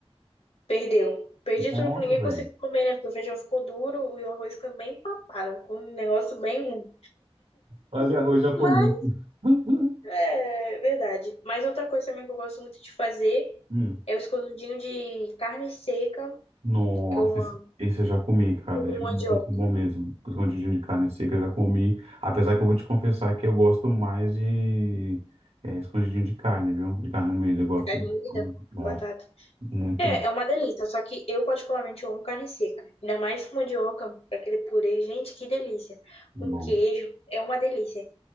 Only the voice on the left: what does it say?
Perdeu. Perdi
tudo que ninguém
conseguiu comer, né? Porque o feijão ficou duro e o arroz ficou bem empapado, com um negócio bem ruim.
Mas
é é verdade. Mas outra coisa também que eu gosto muito de fazer
é o escondidinho de carne seca,
que eu
amo,
com
mandioca,
carne moída,
batata.
É, é uma delícia, só que eu particularmente amo carne seca. Ainda mais com mandioca, aquele purê, gente, que delícia.
Um queijo, é uma delícia.